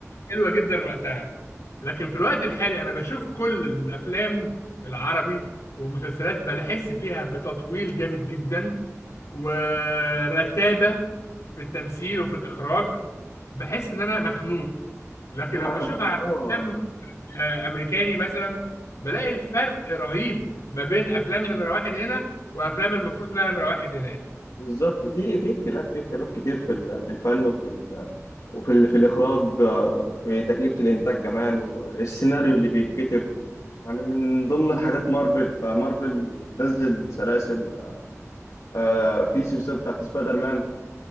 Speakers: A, on the left; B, on the left.
A: حلوه جدا وقتها لكن في الوقت الحالي انا بشوف كل الافلام العربي والمسلسلات بحس فيها بتطويل جامد جدا ورتابه في التمثيل وفي الاخراج بحس ان انا مخنوق لكن
B: ما
A: لما بشوف على
B: اه
A: افلام آه، امريكاني مثلا بلاقي الفرق رهيب ما بين افلام نمره واحد هنا وافلام المفروض انها نمره واحد هناك
B: بالظبط في في اختلاف في اختلاف كتير في ال- في الفن وفي ال... وفي ال... في الاخراج آه، وفي تكلفه الانتاج كمان والسيناريو اللي بيتكتب يعني من ضمن الحاجات مارفل فمارفل بتنزل سلاسل آه في سلسله بتاعت سبايدر مان